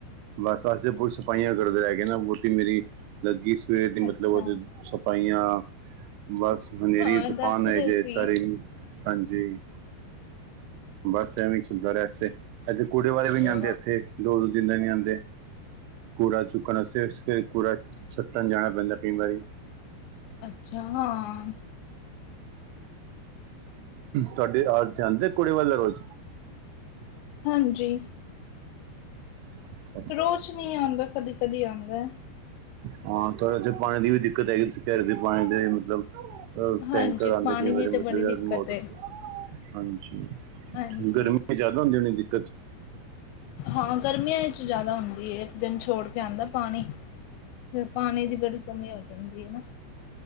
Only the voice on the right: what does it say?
ਬਸ, ਅਸੀਂ ਪੁਰੀ ਸਫਾਈਆਂ ਕਰਦੇ ਰਹਿ ਗਏ ਨਾ ਵੋਟੀ ਮੇਰੀ ਲੱਗੀ ਸਵੇਰ ਦੀ,
ਮਤਲਬ ਉਹਦੇ ਸਵਾਇਆ ਬਸ। ਹਨੇਰੀ,
ਤੂਫਾਨ
ਆਏ ਜੇ
ਸਾਰੇ, ਹਾਂਜੀ। ਬੱਸ, ਐਵੇਂ ਚੱਲਦਾ ਰਿਹਾ ਤੇ ਇੱਥੇ ਕੂੜੇ ਵਾਲੇ ਵੀ ਨੀ
ਆਦੇ ਇੱਥੇ ਦੋ-ਦੋ ਦਿਨ ਦਾ ਨੀ ਆਂਦੇ। ਕੂੜਾ ਚੁੱਕਣ ਵਾਸਤੇ, ਫਿਰ ਕੂੜਾ ਸੱਟਣ ਜਾਣਾ ਪੈਂਦਾ ਕਈ ਵਾਰੀ।
ਤੁਹਾਡੇ ਰਾਹ ਚ ਜਾਂਦਾ ਕੁੜੇ ਵਾਲੇ ਰੋਜ?
। <inaudible>
ਹਾਂ, ਤੁਹਾਡੇ ਉੱਥੇ ਪਾਣੀ ਦੀ ਵੀ ਦਿੱਕਤ ਹੈਗੀ। ਘਰ ਪਾਣੀ ਦੇ ਮਤਲਬ
ਟੈਂਕਰ ਆਉਂਦੇ
ਕਈ
ਵਾਰੀ
ਮਤਲਬ
ਯਾਰ
ਮੋਟਰ
ਤੋਂ ਹਾਂਜੀ।
ਗਰਮੀ ਚ ਜ਼ਿਆਦਾ ਹੁੰਦੀ ਹੋਣੀ ਦਿੱਕਤ?